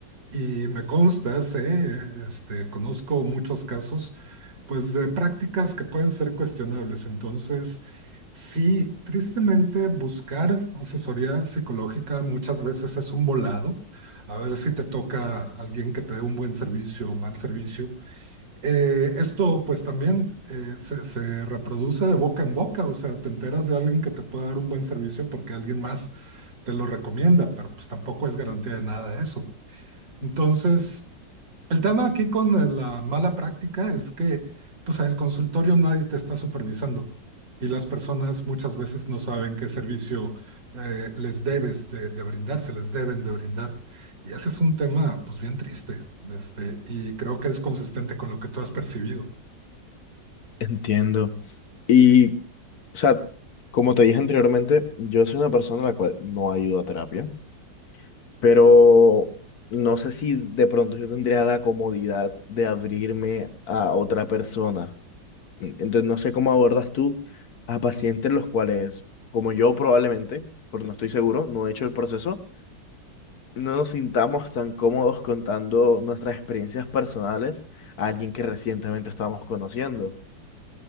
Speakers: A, on the right (about 85°); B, on the left (about 60°).
A: Y me consta, sé, este, conozco muchos casos, pues de prácticas que pueden ser cuestionables. Entonces, sí, tristemente buscar asesoría psicológica muchas veces es un volado. A ver si te toca alguien que te dé un buen servicio o mal servicio. Eh, esto pues también eh, se, se reproduce de boca en boca, o sea, te enteras de alguien que te puede dar un buen servicio porque alguien más te lo recomienda, pero pues tampoco es garantía de nada eso. Entonces, el tema aquí con eh, la mala práctica es que, pues, al consultorio nadie te está supervisando y las personas muchas veces no saben qué servicio eh, les debes de, de brindar, se les deben de brindar. Y ese es un tema, pues, bien triste, este, y creo que es consistente con lo que tú has percibido.
B: entiendo. Y, o sea, como te dije anteriormente, yo soy una persona la cual no ha ido a terapia, pero no sé si de pronto yo tendría la comodidad de abrirme a otra persona. En- Entonces, no sé cómo abordas tú a pacientes los cuales, como yo probablemente, porque no estoy seguro, no he hecho el proceso, no nos sintamos tan cómodos contando nuestras experiencias personales a alguien que recientemente estamos conociendo.